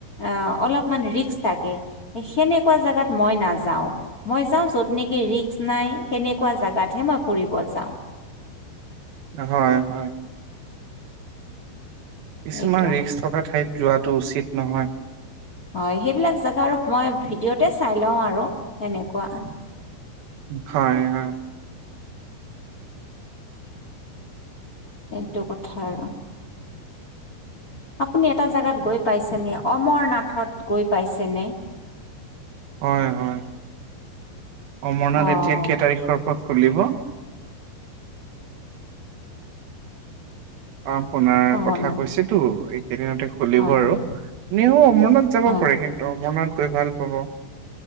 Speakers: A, on the left (about 80°); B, on the right (about 70°).
A: আহ অলপমান ৰিস্ক থাকে সেনেকোৱা জোগাত মই নাযাও মই যাওঁ যত নেকি ৰিক্স নাই সেনেকোৱা জোগাতহে মই ফুৰিব যাওঁ।
B: হয় হয় কিছুমান
A: এইটো
B: ৰিস্ক থকা ঠাইত যোৱাটো উচিত নহয়।
A: হয় সেইবিলাক জাগা আৰু মই ভিডিঅ'তে চাই লও আৰু সেনেকোৱা।
B: হয় হয়
A: এইটো কথা আৰু।
B: <inaudible>
A: আপুনি এটা জেগাত গৈ পাইছেনে অমৰনাথত গৈ পাইছেনে?
B: হয় হয় অমৰনাথ
A: অ',
B: এতিয়া কেই তাৰিখৰ পৰা খুলিব আ্পোনাৰ
A: অ',
B: কথা
A: নাই
B: কৈছেতো এই কেইদিনতে খুলিব
A: হয়,
B: আৰু
A: হয়,
B: নেহু অমৰনাথ যাব
A: হয়,
B: পাৰে কিন্তু অমৰনাথ গৈ ভাল পাব